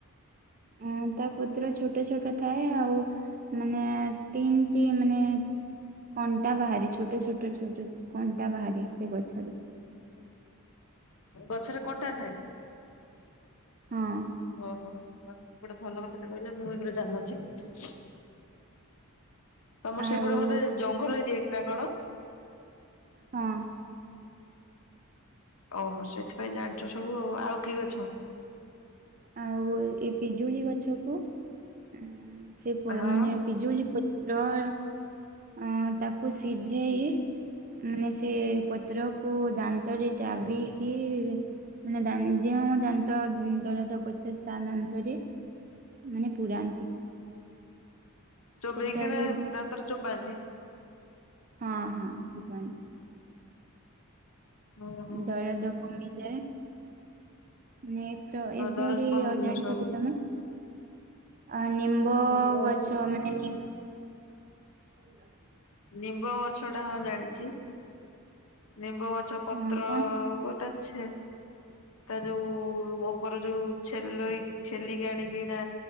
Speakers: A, on the right; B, on the left.
A: ଅ ତା ପତ୍ର ଛୋଟ ଛୋଟ ଥାଏ ଆଉ ମାନେ ତିନଟି ମାନେ କଣ୍ଟା ବାହାରେ ଛୋଟ ଛୋଟ ଛୋଟ କଣ୍ଟା ବାହାରେ ସେ ଗଛରେ
B: ଗଛରେ କଣ୍ଟା ଥାଏ।
A: ହଁ।
B: ଓହୋ ଗୋଟେ ଭଲ କଥାଟା କହିଲ ମୁଁ ଏଗୁରା ଜାଣି ନଥିଲି। ତମର
A: ଆଉ
B: ସେପଟେ ବୋଧେ ଜଙ୍ଗଲ ଏରିଆ କି ନା କଣ?
A: ହଁ।
B: ଓହୋ ସେଥିପାଇଁ ଜାଣିଛ ସବୁ ଆଉ ଆଉ କି ଗଛ?
A: ଆଉ ଏ ପିଜୁଳି ଗଛ କୁ ଉ ସେ ପଏ
B: ହଁ
A: ମାନେ ପିଜୁଳି ପତ୍ର ଅ ତାକୁ ସିଝେଇ ମାନେ ସେ ପତ୍ରକୁ ଦାନ୍ତରେ ଚାବିକି ମାନେ ଦାନ୍ ଯେଉଁ ଦାନ୍ତ ଦର ତ କରିଥା ତା ଦାନ୍ତରେ ମାନେ ପୁରାନ୍ତି।
B: ଚୋବେଇକିନା
A: ସେଟା ବି
B: ଦାନ୍ତରେ ଚୋବାନ୍ତି।
A: ହଁ ହଁ ଚୋବାନ୍ତି।
B: ଓହୋ
A: ଦରଦ କମିଯାଏ। ନେ ପ୍ର
B: ହଁ
A: ଏ ଏଭଳି
B: ଦରଜ କମିଯିବ
A: ଅ ଜାଣିଛ
B: ସବୁ।
A: କି ତମେ ଆ ନିମ୍ବ
B: ମୁ
A: ଗଛମାନେ <unintelligible>
B: ନିମ୍ବ ଗଛଟା ହଁ ଜାଣିଚି। ନିମ୍ବଗଛ ପତ୍ରକୁ
A: ହଁ କଣ
B: ତା ଛେ ତା ଯୋଉ ଓପର ଯୋଉ ଛେଲେଇ ଛେଲିକି ଆଣିକି ଏଇଟା